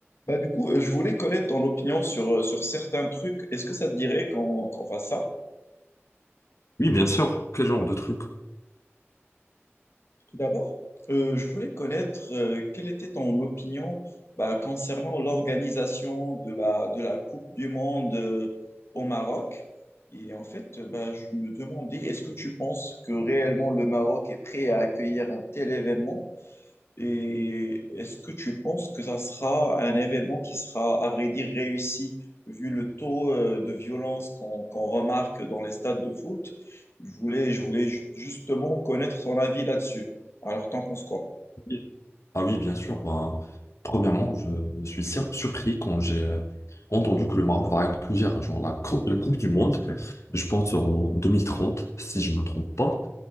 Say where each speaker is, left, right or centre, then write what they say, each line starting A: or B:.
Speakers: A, on the left; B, on the left.
A: Bah, du coup, euh, je voulais connaître ton opinion sur, euh, sur certains trucs. Est-ce que ça te dirait qu'on qu'on fasse ça?
B: Oui, bien sûr. Quel genre de truc?
A: Tout d'abord, euh, je voulais connaître euh, quelle était ton opinion bah, concernant l'organisation de la, de la Coupe du Monde euh, au Maroc. Et en fait, euh, bah, je me demandais, est-ce que tu penses que réellement le Maroc est prêt à accueillir un tel événement? Et est-ce que tu penses que ça sera un événement qui sera, à vrai dire, réussi vu le taux euh, de violence qu'on qu'on remarque dans les stades de foot? Je voulais, je voulais ju- justement connaître son avis là-dessus. Alors, tant qu'on se croit.
B: Oui. Ah oui, bien sûr. Ben, premièrement, je me suis sur- surpris quand j'ai euh, entendu que le Maroc va accueillir genre, la, cou- la Coupe du Monde, je pense en 2030, si je ne me trompe pas.